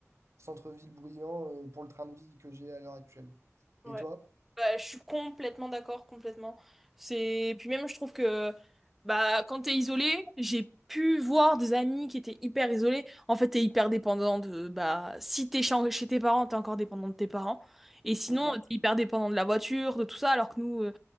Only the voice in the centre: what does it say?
Ouais.
Bah, je suis complètement d'accord, complètement. C'est puis même je trouve que bah quand t'es isolé, j'ai pu voir des amis qui étaient hyper isolés. En fait, t'es hyper dépendant de bah si t'es chez chez tes parents, t'es encore dépendant de tes parents. Et sinon,
t'es hyper dépendant de la voiture, de tout ça, alors que nous, euh,